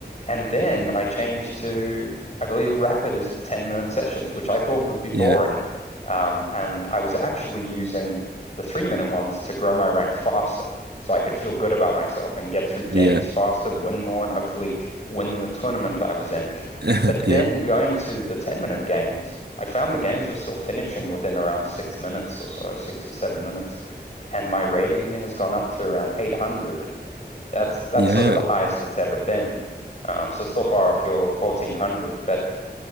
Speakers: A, on the left; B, on the right.
A: And then I changed to, I believe, Rapid is the 10-minute sessions, which I thought would be boring.
B: Yeah.
A: Um, and I was actually using the three-minute ones to grow my rank faster so I could feel good about myself and get through games
B: Yeah.
A: faster, win more, and hopefully win the tournament I was in.
B: <laughs>
A: But then
B: Yeah.
A: going to the 10 minute games, I found the games were still finishing within around six minutes or so, six or seven minutes. And my rating has gone up to around 800. That's that's
B: Yeah.
A: sort of the highest it's ever been. Um, so still far off your 1400, but